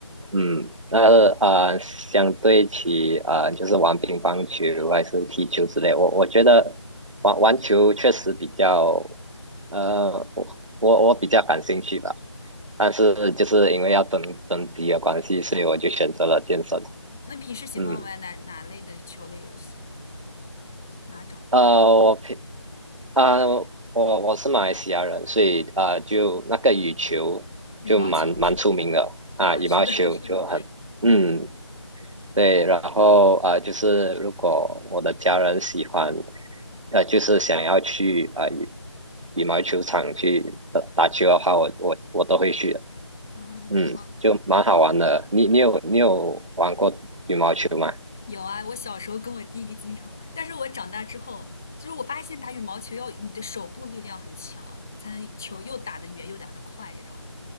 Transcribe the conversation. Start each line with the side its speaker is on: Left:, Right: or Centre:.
Right: 嗯，那呃，相对起啊，就是玩乒乓球还是踢球之类，我我觉得玩玩球确实比较，呃，我我我比较感兴趣吧，但是就是因为要增增肌的关系，所以我就选择了健身，
Centre: 那平时喜欢玩哪哪类的球类游戏呢？
Right: 嗯。
Centre: 哪种？
Right: 呃，我平啊、我我是马来西亚人，所以啊、就那个羽球就蛮蛮出名的啊，
Centre: 羽毛球是吗？啊，
Right: 羽毛球就很，
Centre: 是的，<laughs> 是的，
Right: 嗯，对，然后啊、就是如果我的家人喜欢，呃，就是想要去啊、羽羽毛球场去打打球的话，我我我都会去的，
Centre: 嗯，
Right: 嗯，
Centre: 挺好的。
Right: 就蛮好玩的。你你有你有玩过羽毛球吗？
Centre: 有啊，我小时候跟我弟弟经常玩，但是我长大之后，就是我发现打羽毛球要你的手部力量很强，才能球又打得远又打得快这种。